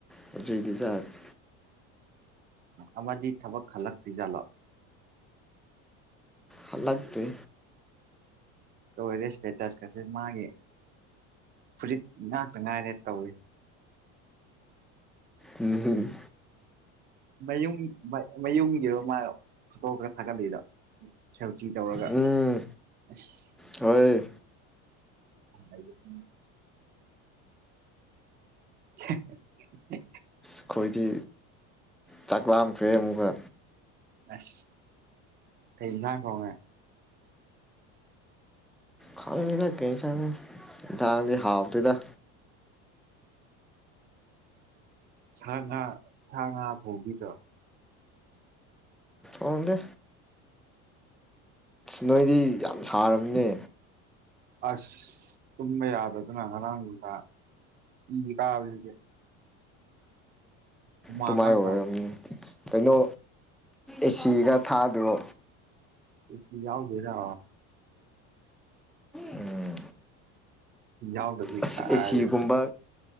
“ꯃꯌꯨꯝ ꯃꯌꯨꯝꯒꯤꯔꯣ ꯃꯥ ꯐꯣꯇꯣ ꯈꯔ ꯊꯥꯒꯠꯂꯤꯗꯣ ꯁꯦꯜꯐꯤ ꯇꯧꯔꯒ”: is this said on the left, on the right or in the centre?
Right